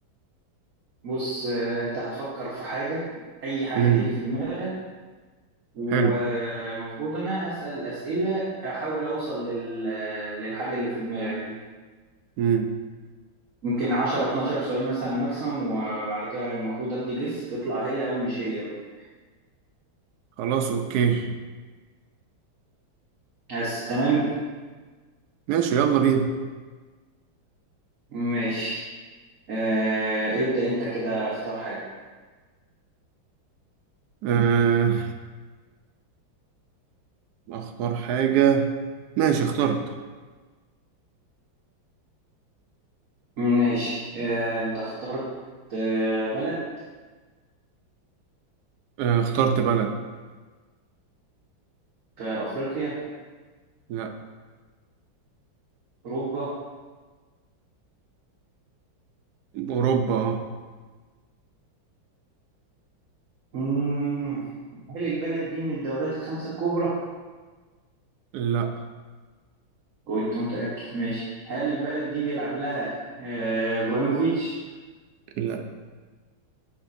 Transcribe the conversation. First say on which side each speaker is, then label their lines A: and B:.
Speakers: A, on the right (about 45°); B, on the right (about 75°).
A: بص آه، انت هتفكر في حاجه اي حاجه
B: امم
A: تيجي في دماغك ومفروض
B: حلو
A: انا اسال اسئله احاول اوصل لل... آه، للحاجه اللي في دماغك دي
B: امم
A: ممكن 10 12 سؤال مثلا ماكسيمم وبعد كده المفروض ادي جس تطلع هي او مش هي بقى
B: خلاص اوكي
A: بس تمام
B: ماشي يلا بينا
A: ماشي آه، ابدأ انت كده اختار حاجه
B: آه اختار حاجة ماشي اخترت
A: ماشي آه، انت اخترت آه، بلد
B: آه اخترت بلد
A: في أفريقيا
B: لا
A: أوروبا
B: اوروبا اه
A: مم. هل البلد دي من الدوريات الخمسة الكبرى؟
B: لا
A: كنت متأكد ماشي هل البلد دي بيلعب لها آه، إبراهيموفيتش
B: لا